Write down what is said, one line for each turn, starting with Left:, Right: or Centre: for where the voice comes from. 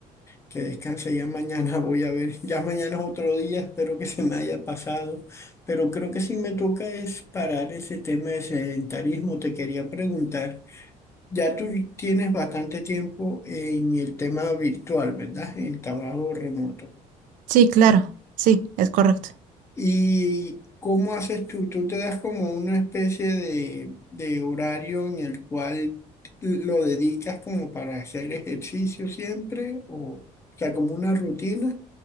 Left: que descanse. Ya mañana <laughs> voy a ver, ya mañana es otro día, espero que se me haya pasado, pero creo que sí me toca es parar ese tema de sedentarismo. Te quería preguntar, ya tú tienes bastante tiempo en el tema virtual, ¿verdad? En el trabajo remoto.
Right: Sí, claro, sí, es correcto.
Left: ¿Y cómo haces tú? ¿Tú te das como una especie de, de horario en el cual lo dedicas como para hacer ejercicio siempre? ¿O, o sea, como una rutina?